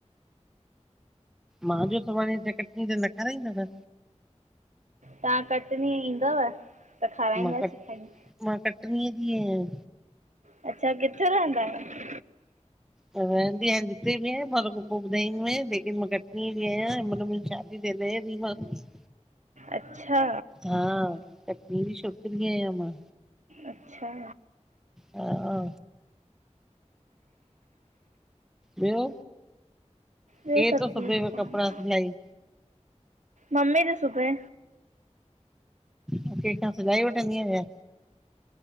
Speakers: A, in the centre; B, on the right.
A: मां जे सुभाणे कटनीय अचां त न खाराईंदव?
B: तां कटनी ईंदव? त खाराईंदासीं
A: मां कट
B: खणी।
A: मां कटनीअ जी आहियां।
B: अच्छा, किथे रहंदा आहियो?
A: रहंदी आहियां जिते बि आहिया मां तोखे पोइ ॿुधाईंदीमें, लेकिन मां कटनीअ जी आहियां, मन मुंहिंजी शादी <unintelligible>
B: अच्छा।
A: हां, कटनीअ जी छोकिरी आहियां मां।
B: अच्छा।
A: हा ॿियो
B: ॿियो
A: केरु
B: सभु
A: तो सुबेव
B: ठीकु आहे
A: कपड़ा सिलाई?
B: मम्मी ती सुबे।
A: कंहिं खां सिलाई वठंदी आ या?